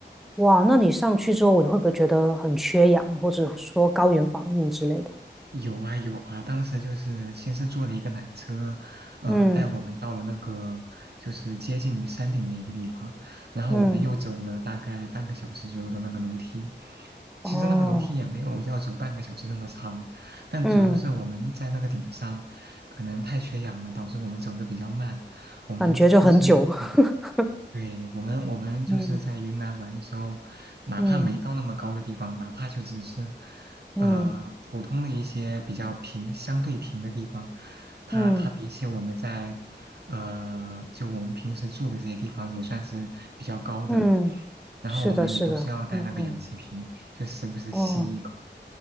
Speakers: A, in the centre; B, on the right (about 60°).
A: 哇，那你上去之后，你会不会觉得很缺氧，或者说高原反应之类的？
B: 有啊有啊，当时就是先是坐了一个缆车，呃，
A: 嗯。
B: 带我们到了那个就是接近于山顶的一个地方，然后我们又走了大概半个小时左右的那个楼梯。
A: 嗯，哦，
B: 其实那个楼梯也没有要走半个小时那么长，但主要是我们在那个顶上可能太缺氧了，
A: 嗯，
B: 导致我们走的比较慢。我们都是嗯、
A: 感觉就很久。<laughs>
B: 对，我们我们就是在云南玩的时候，
A: 嗯，
B: 哪怕没到那么高的地方，
A: 嗯
B: 哪怕就只是，呃，
A: 嗯
B: 普通的一些比较平、相对平的地方，它它比起我们在，
A: 嗯
B: 呃，就我们平时住的这些地方也算是比较高的了。
A: 嗯，
B: 然后我们也都是要带那个氧气瓶，
A: 是的，是的，嗯嗯，
B: 就时不时吸一口。
A: 哦